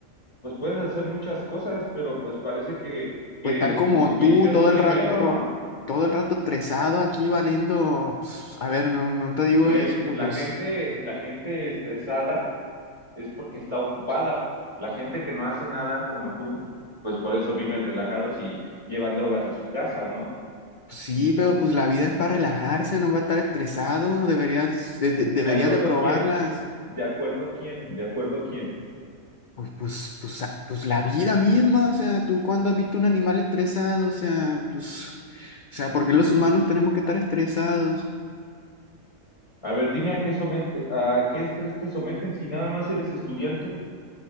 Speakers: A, on the left; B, on the left.
A: Pues puedes hacer muchas cosas, pero pues parece que,
B: Pues
A: que
B: estar como
A: tu vicio
B: tú todo
A: es primero,
B: el rato
A: ¿no?
B: todo el rato estresado aquí valiendo, pues, a ver, no, no te digo
A: Güey,
B: eso, pero
A: la
B: pues,
A: gente, la gente estresada es porque está ocupada. La gente que no hace nada, como tú, pues por eso viven relajados y llevan drogas a su casa, ¿no?
B: pues sí, pero pues la vida es para relajarse, no va a estar estresado, deberías de, de- deberías
A: ¿De acuerdo
B: de probarlas.
A: quién? ¿De acuerdo quién? ¿De acuerdo quién?
B: Pues, pues, pues, a- pues la vida misma, o sea, tú cuando has visto un animal estresado, o sea, pues, o sea, ¿por qué los humanos tenemos que estar estresados?
A: A ver, dime a qué somete, a qué estrés te someten si nada más eres estudiante.